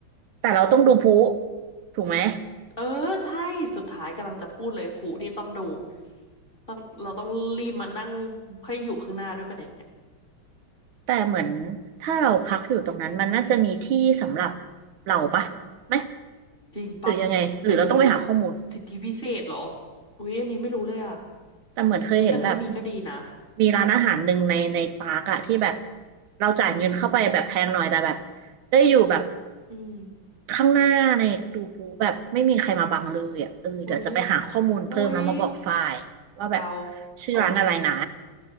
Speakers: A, on the right; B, on the left.
A: แต่เราต้องดูพลุถูกไหม
B: เออใช่สุดท้ายกำลังจะพูดเลยผู้นี่ต้องดูต้องเราต้องรีบมานั่งให้อยู่ข้างหน้าด้วยปะเนี่ย
A: แต่เหมือนถ้าเราพักอยู่ตรงนั้นมันน่าจะมีที่สำหรับเราปะไหม
B: จริงปะ
A: หรือยังไงหรือเราต้องไปหาข้อมูล
B: ไม่รู้สิทธิพิเศษเหรออุ๊ยอันนี้ไม่รู้เลยอ่ะ
A: แต่เหมือนเคยเห็นแบบ
B: อุ๊ยแต่ถ้ามีก็ดีนะ
A: มีร้านอาหารหนึ่งในในปาร์กอะที่แบบเราจ่ายเงินเข้าไปแบบแพงหน่อยแต่แบบ
B: อืม
A: ได้อยู่แบบ
B: อืม
A: ข้างหน้าในดูปูแบบไม่มีใครมาบังเลยอะเออเดี๋ยวจะไปหาข้อมูลเพิ่มแล้วมาบอกฝ่ายว่าแบบ
B: อุ๊ยอุ๊ยเอา
A: ชื่อร้านอะไรนะ
B: โอเค